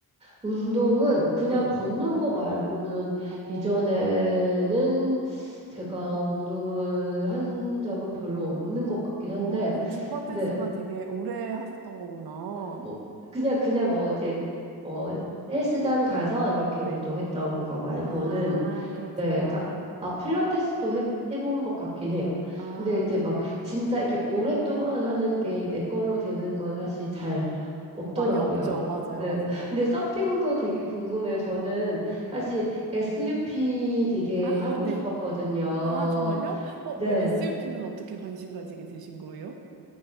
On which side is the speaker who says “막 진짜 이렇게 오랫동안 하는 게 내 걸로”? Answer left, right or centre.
Right